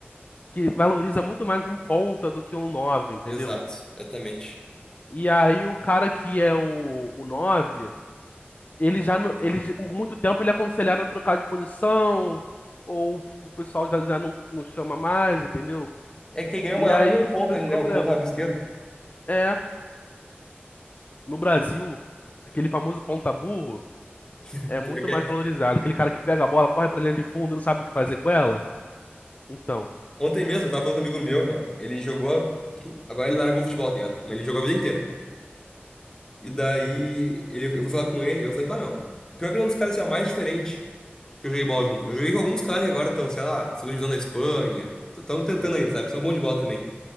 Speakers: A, on the left; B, on the left.
A: que valoriza muito mais um ponta do que um 9, entendeu?
B: Exato. Exatamente.
A: E aí o cara que é o, o 9, ele já não- ele já- por muito tempo ele é aconselhado a trocar de posição, ou o pessoal já, já não, não chama mais, entendeu?
B: É quem ganha
A: E
B: moral
A: aí
B: mesmo é o ponto
A: surgiu esse
B: ali,
A: problema.
B: né? O ponto rabisqueiro.
A: É, no Brasil, aquele famoso ponta burro
B: <laughs>
A: é muito
B: Pior que
A: mais
B: é.
A: valorizado. Aquele cara que pega a bola, corre pra linha de fundo, não sabe o que fazer com ela. Então,
B: Ontem mesmo, eu tava falando com um amigo meu, meu. Ele jogou. Agora ele largou o futebol, tá ligado? Mas ele jogou a vida inteira. E daí
A: uhum,
B: ele, eu fui falar com ele, eu falei, bah, meu. Pior que ele é um dos caras assim, ó, mais diferente que eu joguei bola junto. Eu joguei com alguns caras que agora estão, sei lá, segunda divisão da Espanha. Estão tentando
A: sim,
B: ainda, sabe? São bons de bola também.